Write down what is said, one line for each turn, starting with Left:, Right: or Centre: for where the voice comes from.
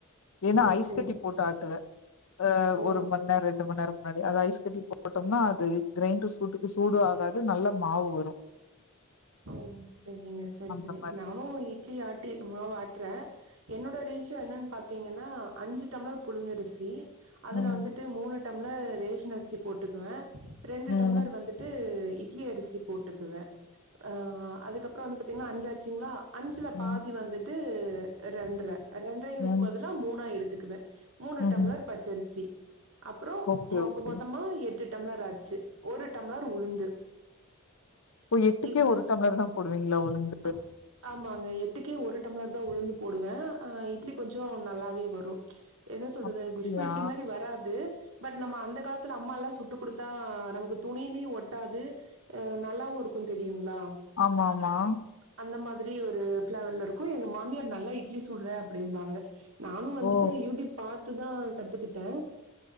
Left: ஏனா ஐஸ்
Right: சரி.
Left: கட்டி போட்டு ஆட்டுவே அ
Right: ஓ!
Left: ஒரு மண் நேர ரெண்டு மண்நேர முன்னாடி அது ஐஸ் கட்டி போட்டோம்னா அது கிரைண்டர் சூட்டுக்கு சூடு ஆகாது நல்ல மாவு வரு
Right: ஓ சரிங்க சரி
Left: அந்த
Right: சரி
Left: மாரி
Right: நானு இட்லி ஆட்டி மாவு ஆட்றே என்னோட ரேசியோ என்னன்னு பாத்தீங்கன்னா அஞ்சு டம்ளர் புழுங்கரிசி அதுல
Left: ம்
Right: வந்துட்டு மூணு டம்ளர் ரேஷன் அரிசி போட்டுக்குவே ரெண்டு
Left: ம்
Right: டம்ளர் வந்து ட்டு இட்லி அரிசி போட்டுக்குவே ஆ அதுக்கப்றோ வந்து பாத்தீங்கன்னா அஞ்சாச்சுங்களா அஞ்சுல
Left: ம்
Right: பாதி வந்து ட்டு ரெண்ட்ரை ரெண்ட்ரைங்குறக்கு
Left: ம்
Right: பதிலா மூணா எடுத்துக்குவே மூணு
Left: ம்ஹும்
Right: டம்ளர் பச் சரிசி அப்றோ
Left: ஓகே
Right: மொத்த
Left: ஓகே
Right: மொத்தமா எட்டு டம்ளர் ஆச்சு ஒரு டம்ளர் உளுந்து
Left: ஓ எட்டுக்கே
Right: இதுதா
Left: ஒரு டம்ளர் தா போடுவீங்களா உளுந்து
Right: ஆ ஆமாங்க எட்டுக்கே ஒரு டம்ளர் தா உளுந்து போடுவே ஆ இட்லி கொஞ்சோ நல்லாவே வரு என்ன சொல்றது
Left: அப்டியா
Right: குஷ்பு இட்லி மாரி வராது பட் நம்ம அந்த காலத்துல அம்மாலா சுட்டு குடுத்தா நமக்கு துணிலயு ஒட்டாது அ நல்லாவு இருக்கு தெரியுங்ளா
Left: ஆமா ஆமா
Right: அந்த மாதிரி ஒரு பிளவர்ல இருக்கு எங்க மாமியார் நல்லா இட்லி சுட்ற அப்டிம்பாங்க நானு வந்துட்டு
Left: ஓ
Right: யூடியூப் பாத்துதா கத்துக்கிட்டே